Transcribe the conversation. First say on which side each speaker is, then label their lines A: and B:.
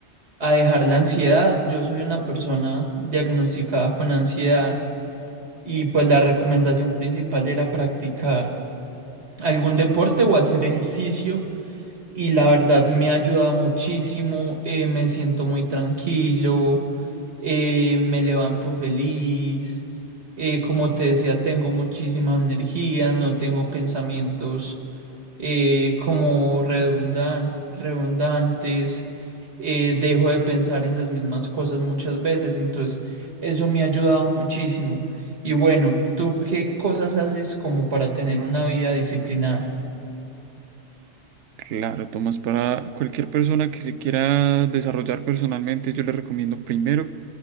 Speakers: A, on the right (about 70°); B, on the right (about 85°).
A: a dejar la ansiedad. Yo soy una persona diagnosticada con ansiedad y pues la recomendación principal era practicar algún deporte o hacer ejercicio y la verdad me ha ayudado muchísimo, eh, me siento muy tranquilo, eh, me levanto feliz, eh, como te decía, tengo muchísima energía, no tengo pensamientos eh, como redundan- redundantes, eh, dejo de pensar en las mismas cosas muchas veces, entonces eso me ha ayudado muchísimo. Y bueno, ¿tú qué cosas haces como para tener una vida disciplinada?
B: Claro, Tomás, para cualquier persona que se quiera desarrollar personalmente, yo le recomiendo primero